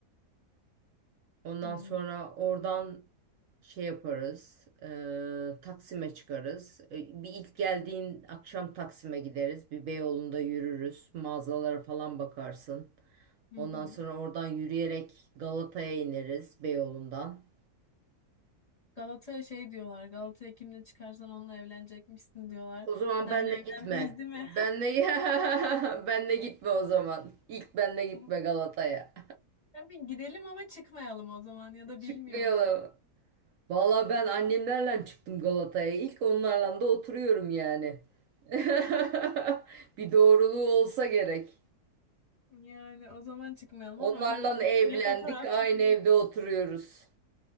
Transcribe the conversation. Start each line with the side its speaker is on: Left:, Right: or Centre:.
Right: Ondan
Left: Hmm,
Right: sonra oradan şey yaparız. e, Taksim'e çıkarız. E, bir ilk geldiğin akşam Taksim'e gideriz. Bir Beyoğlu'nda yürürüz. Mağazalara falan bakarsın.
Left: Hı
Right: Ondan
Left: hı.
Right: sonra oradan yürüyerek Galata'ya ineriz Beyoğlu'ndan.
Left: Galata'ya şey diyorlar. Galata'ya kimle çıkarsan onunla evlenecekmişsin diyorlar.
Right: O zaman
Left: Senle
Right: benle
Left: evlenmeyiz
Right: gitme.
Left: değil mi?
Right: Benle <laughs> benle gitme o zaman. İlk benle gitme
Left: <laughs>
Right: Galata'ya.
Left: Tabii gidelim ama çıkmayalım o zaman ya
Right: <laughs>
Left: da
Right: Çıkmayalım.
Left: bilmiyorum.
Right: Valla ben annemlerle çıktım Galata'ya. İlk onlarla da oturuyorum yani. <laughs> Bir doğruluğu olsa gerek.
Left: Yani o zaman çıkmayalım
Right: Onlarla
Left: ama önünde bir
Right: evlendik,
Left: şöyle fotoğraf
Right: aynı
Left: çekileyim.
Right: evde oturuyoruz.